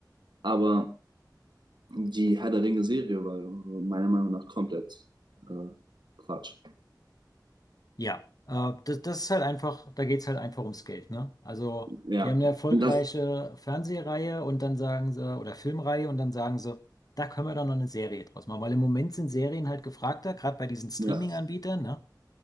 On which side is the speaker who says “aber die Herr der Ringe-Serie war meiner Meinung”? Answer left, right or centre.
Right